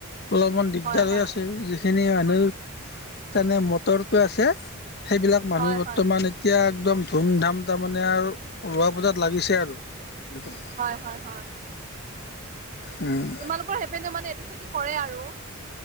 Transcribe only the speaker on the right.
হয় হয়
হয় হয়
হয়
হয়, হয়, হয়।
তোমালোকৰ সেইপিনে মানে এইটো খেতি কৰে আৰু।